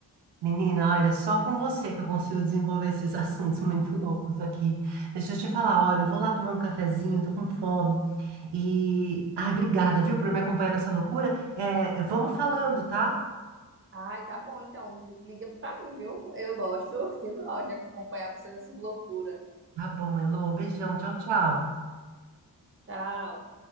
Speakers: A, on the right; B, on the right.
A: menina, olha, só com você que eu consigo desenvolver esses <laughs> assuntos muito loucos aqui. Deixa eu te falar, olha, eu vou lá tomar um cafezinho, tô com fome. E, ai, obrigada, viu, por me acompanhar nessa loucura. É, vamos falando, tá?
B: Ai, tá bom, então liga pra mim, viu? Eu gosto, <laughs> eu gosto de acompanhar você nessas loucuras.
A: Tá bom, Elô, beijão, tchau, tchau.
B: Tchau.